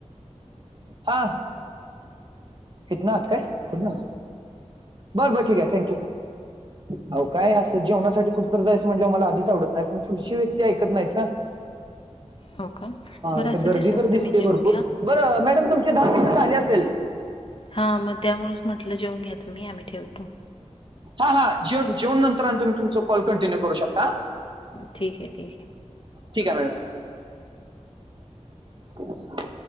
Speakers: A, on the right (about 40°); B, on the left (about 45°).
A: हा. इथनं आत काय पण बरं बर ठीक आहे थँंकू. अहॊ काय असं जेवणासाठी कुठ तर जायचं म्हटल्यावर मला आधीच आवडत नाही पण पुढची व्यक्ती ऐकत नाहीत ना.
B: हो का बरं
A: इथं
B: असुदे
A: गर्दी
B: सर
A: तर दिसते
B: तुम्ही जेऊन
A: भरपूर
B: घ्या.
A: बरं मॅडम तुमचे दहा मिनट झाले असेल.
B: हा मग त्यामुळच म्हटलं जेउन घ्या तूमी आम्ही ठेवतो.
A: हा हा जेऊन नंतर आणि तुम्ही तुमच कॉल कंटिन्यू करू शकता.
B: ठीक आहे ठी
A: ठीक आहे मॅडम हा,